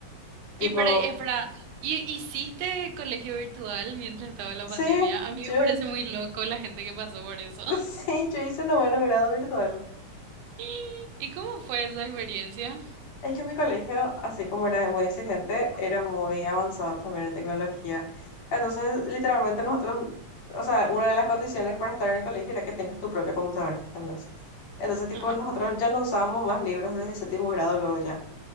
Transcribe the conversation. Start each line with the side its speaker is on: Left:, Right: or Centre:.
Left: Tipo,
Right: Y para, espera, ¿y- ¿hiciste colegio virtual mientras estaba la
Left: sí,
Right: pandemia? A
Left: yo,
Right: mí me parece muy loco la gente que pasó por eso.
Left: <laughs>
Right: <laughs>
Left: sí, yo hice noveno grado virtual.
Right: ¿Y y cómo fue esa experiencia?
Left: Es que mi colegio, así como era muy exigente, era muy avanzado también en tecnología. Entonces, literalmente nosotros, o sea, una de las condiciones para estar en el colegio era que tengas tu propia computadora. al menos Entonces, tipo,
Right: Ajá.
Left: nosotros ya no usábamos más libros desde el séptimo grado luego ya.